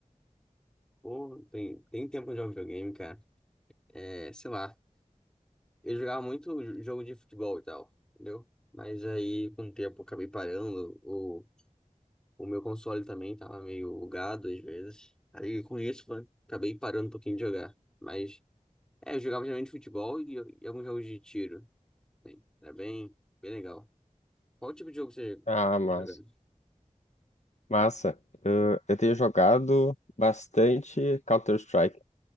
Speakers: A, in the centre; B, on the left.
A: Pô, tem, tem tempo de jogar videogame, cara. É, sei lá. Eu jogava muito jogo de futebol e tal, entendeu? Mas aí, com o tempo, eu acabei parando. O, o meu console também tava meio bugado às vezes. Aí, com isso, foi- acabei parando um pouquinho de jogar. Mas, é, eu jogava geralmente futebol e, e alguns jogos de tiro. assim. Era bem, bem legal. Qual tipo de jogo você
B: Ah, mas,
A: jogava?
B: massa. Eh, eu tenho jogado bastante Counter-Strike,